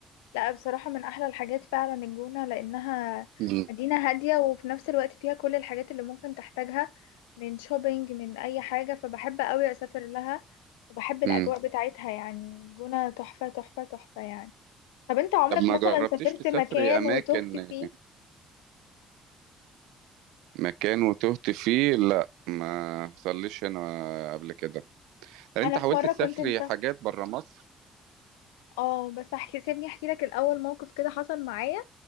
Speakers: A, on the left; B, on the right.
A: لا بصراحة من احلى الحاجات فعلا الجونة لانها
B: مم.
A: مدينة هادية وفي نفس الوقت فيها كل الحاجات اللي ممكن تحتاجها من شوبينج من اي حاجة فبحب قوي اسافر لها وبحب الاجواء
B: مم.
A: بتاعتها يعني الجونة تحفة تحفة تحفة يعني طب انت عمرك
B: طب ما
A: مثلا
B: جربتيش
A: سافرت
B: تسافري
A: مكان
B: اماكن
A: وتهت فيه
B: مكان وتهت فيه لا ما حصليش انا قبل كده طب انت
A: انا
B: حاولت
A: في مرة
B: تسافري
A: كنت مسافرة
B: حاجات بره مصر
A: اه بس احكي سيبني احكي لك الاول موقف كده حصل معايا